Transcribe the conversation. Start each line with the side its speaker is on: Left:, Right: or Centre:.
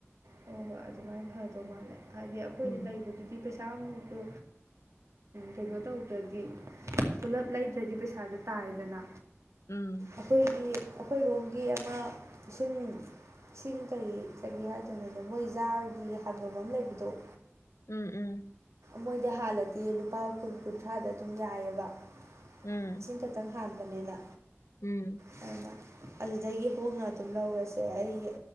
Right: ꯍꯣ ꯍꯣꯏ ꯑꯗꯨꯃꯥꯏꯅ ꯐꯗꯧ ꯃꯥꯜꯂꯦ ꯍꯥꯏꯗꯤ ꯑꯩꯈꯣꯏꯗꯤ
Left: ꯎꯝ
Right: ꯂꯩꯕꯗꯨꯏ ꯗꯤ ꯄꯩꯁꯥꯃꯨꯛꯇꯣ ꯀꯩꯅꯣ ꯇꯧꯗ꯭ꯔꯗꯤ ꯄꯨꯜꯂꯞ ꯂꯩꯗ꯭ꯔꯗꯤ ꯄꯩꯁꯥꯗꯨ ꯇꯥꯔꯦꯗꯅ
Left: ꯎꯝ
Right: ꯑꯈꯣꯏꯒꯤ ꯑꯈꯣꯏꯔꯣꯝꯒꯤ ꯑꯃ ꯏꯁꯤꯡ ꯏꯁꯤꯡ ꯀꯔꯤ ꯀꯔꯤ ꯍꯥꯏꯗꯣꯏꯅ ꯃꯣꯏ ꯖꯥꯔꯒꯤ ꯍꯥꯠꯐꯝ ꯑꯃ ꯂꯩꯕꯗꯣ
Left: ꯎꯝ ꯎꯝ
Right: ꯃꯣꯏꯗꯤ ꯍꯥꯜꯂꯗꯤ ꯂꯨꯄꯥ ꯀꯨꯟ ꯀꯨꯟꯊ꯭ꯔꯥꯗ ꯑꯗꯨꯝ ꯌꯥꯏꯑꯕꯁꯤꯡ
Left: ꯎꯝ
Right: ꯈꯤꯇꯪ ꯍꯥꯟꯕꯅꯤꯅ
Left: ꯎꯝ
Right: ꯍꯣ ꯍꯣꯏ ꯑꯗꯨꯗꯒꯤ ꯍꯣꯡꯅ ꯑꯗꯨꯝ ꯂꯧꯔꯁꯦ ꯑꯩ